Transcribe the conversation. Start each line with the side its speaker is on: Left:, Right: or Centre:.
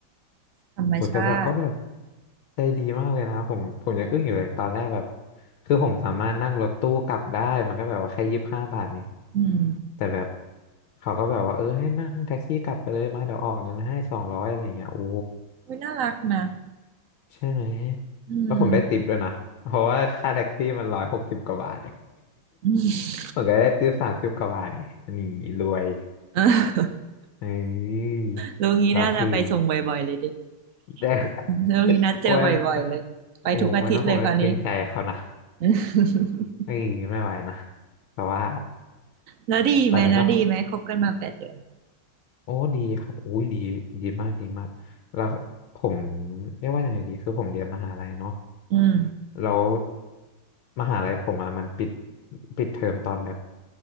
Right: ธรรมชาติ
Left: โอ้แต่แบบก็แบบใจดีมากเลยนะผมผมยังอึ้งอยู่เลยตอนแรกแบบคือผมสามารถนั่งรถตู้กลับได้มันก็แบบว่าแค่ยี่สิบห้าบาทไง
Right: อืม
Left: แต่แบบเขาก็แบบว่าเออให้นั่งแท็กซี่กลับไปเลยมาเดี๋ยวออกเงินให้สองร้อยอะไรเงี้ยโอ้
Right: อุ๊ยน่ารักนะ
Left: ใช่ไหม
Right: อืม
Left: แล้วผมได้ติปด้วยนะเพราะว่าค่าแท็กซี่มันร้อยหกสิบกว่าบาท <laughs> เลย
Right: อืม
Left: ผมก็ได้ติปสามสิบกว่าบาทนี่นี่รวย
Right: <laughs> เออ
Left: เอ้ย
Right: โรงนี้น่าจะไปส่งบ่อยๆเลยดิ
Left: แล้วคือแต่
Right: <laughs> โรงนี้นัดเจอบ่อยๆเลยไปทุกอาทิตย์เลยคราวนี้
Left: <laughs> วันโอ้วันนั้นผมก็เกรงใจเขานะ
Right: <laughs>
Left: เอ้ยไม่ไหวนะแต่ว่า
Right: แล้วดีไหมแล้วดีไหมคบกันมาแปดเดือน
Left: ตอนนี้ก็โอ้ดีครับอุ้ยดีดีมากดีมากแล้วผมเรียกว่ายังไงดีคือผมเรียนมหาลัยเนาะ
Right: อืม
Left: แล้วมหาลัยผมอะมันปิดปิดเทอมตอนแบบ